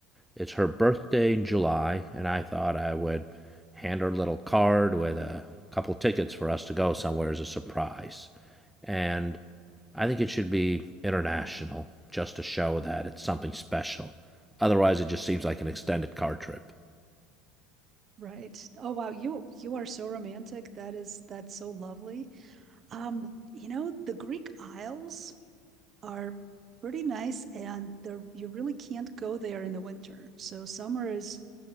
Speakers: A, in the centre; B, on the right.
A: It's her birthday in July, and I thought I would hand her a little card with a couple tickets for us to go somewhere as a surprise. And I think it should be international just to show that it's something special. Otherwise, it just seems like an extended car trip.
B: Right. Oh wow, you you are so romantic. That is that's so lovely. Um, you know, the Greek Isles are pretty nice and they you really can't go there in the winter. So summer is